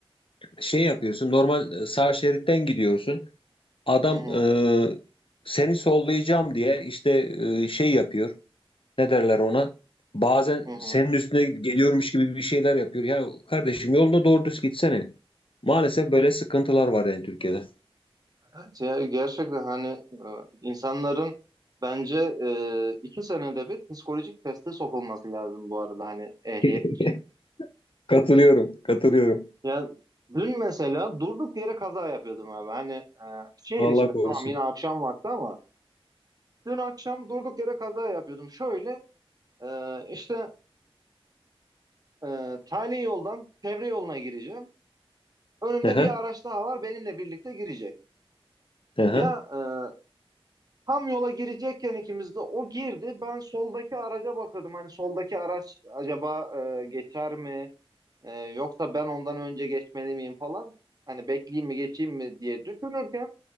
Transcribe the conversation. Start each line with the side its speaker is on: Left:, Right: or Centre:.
Left: şey yapıyorsun normal e, sağ şeritten gidiyorsun adam
Right: Hı hı
Left: e, seni sollayacağım diye işte e, şey yapıyor ne derler ona bazen
Right: hı hı.
Left: senin üstüne geliyormuş gibi bir şeyler yapıyor ya kardeşim yolunda doğru düz gitsene maalesef böyle sıkıntılar var yani Türkiye'de
Right: Evet ya gerçekten hani e, insanların bence e, iki senede bir psikolojik teste sokulması lazım bu arada hani ehliyet
Left: <laughs>
Right: için.
Left: katılıyorum katılıyorum
Right: Ya dün mesela durduk yere kaza yapıyordum abi. Hani e, şehir
Left: Allah
Right: içinde
Left: korusun
Right: tamam yine akşam vakti ama dün akşam durduk yere kaza yapıyordum. Şöyle e, işte e, tali yoldan çevre yoluna gireceğim. Önümde
Left: Aha,
Right: bir araç daha var benimle birlikte girecek.
Left: aha.
Right: Ya e, tam yola girecekken ikimiz de o girdi. Ben soldaki araca bakıyordum. Hani soldaki araç acaba e, geçer mi? E, yoksa ben ondan önce geçmeli miyim falan. Hani bekleyeyim mi geçeyim mi diye düşünürken